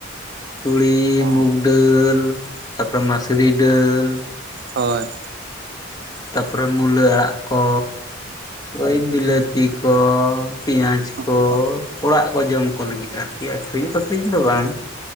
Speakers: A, on the left (about 20°); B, on the right (about 55°).
A: ᱛᱩᱲᱤ
B: ᱚ
A: ᱢᱩᱜᱽ ᱰᱟᱹᱞ ᱛᱟᱯᱚᱨᱮ ᱢᱟᱥᱨᱤ ᱰᱟᱹᱞ᱾
B: ᱦᱚᱭ
A: ᱛᱟᱯᱚᱨᱮ ᱢᱩᱞᱟᱹ ᱟᱲᱟᱜ ᱠᱚ ᱳᱭ ᱵᱤᱞᱟᱹᱛᱤ ᱠᱚ, ᱯᱮᱸᱭᱟᱡᱽ
B: ᱦᱳᱭ
A: ᱠᱚ ᱚᱲᱟᱜ ᱠᱚ ᱡᱚᱢ ᱠᱚ ᱞᱟᱹᱜᱤᱫ ᱟᱨᱠᱤ ᱟᱹᱠᱷᱨᱤᱧ ᱷᱟᱠᱷᱨᱤᱧ ᱫᱚ ᱵᱟᱝ᱾